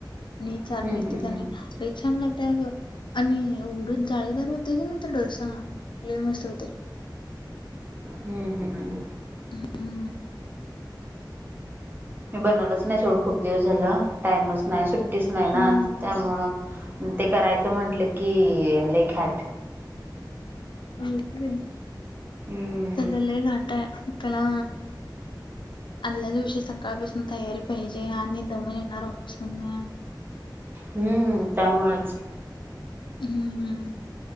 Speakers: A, on the left (about 80°); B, on the right (about 25°).
A: आणि
B: हम्म
A: चार मेधी
B: हम्म
A: दाणे. लय छान लागते आग आणि उडच जाळीदार होते की नाही तर डोसा. लय मस्त होतय.
B: हम्म हम्म.
A: हम्म.
B: मी बनवलंच नाही सोड खूप दिवस झालं टाइमच नाही सुट्टीच नाही ना
A: हम्म.
B: त्यामुळं. ते करायचं म्हटलं की लय ख्यट.
A: हो की बाई
B: हम्म
A: त्याला लय घाट आहे त्याला आदल्ल्या दिवशी सकाळपासून तयारी पाहिजे आणि दमुन येणार ऑफिस मधन.
B: हम्म त्यामुळेच.
A: हम्म हम्म